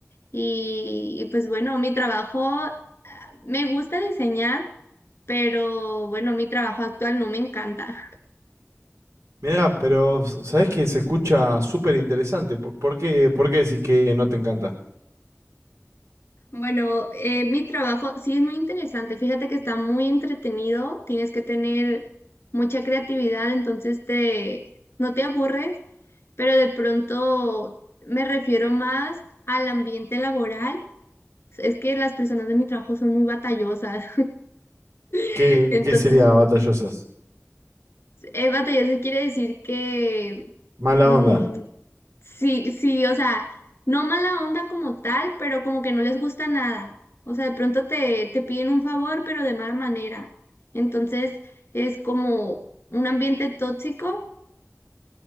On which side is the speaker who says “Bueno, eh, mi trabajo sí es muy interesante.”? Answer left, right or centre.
Left